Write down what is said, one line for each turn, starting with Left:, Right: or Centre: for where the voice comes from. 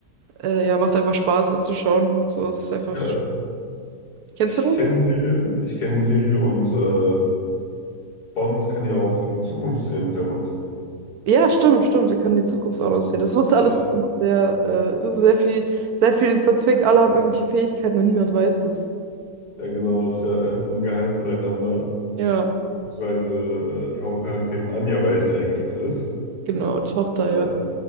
Right: Äh, ja, macht einfach Spaß anzuschauen. So es ist einfach.
Left: Ja,
Right: Kennst
Left: ich
Right: du
Left: kenne
Right: das?
Left: die Serie. Ich kenne die Serie und äh, Bond kann ja auch in die Zukunft sehen, der Hund.
Right: Ja, stimmt, stimmt. Da kann die Zukunft auch aussehen. Das ist alles
Left: Ja,
Right: sehr, äh, sehr viel, sehr viel verzwickt. Alle haben irgendwelche Fähigkeiten und niemand weiß es.
Left: ja genau, ist ja immer geheim voneinander.
Right: Ja,
Left: Beziehungsweise äh, die Hauptcharakterin Anja weiß ja eigentlich alles.
Right: genau, die Tochter,
Left: Äh,
Right: ja.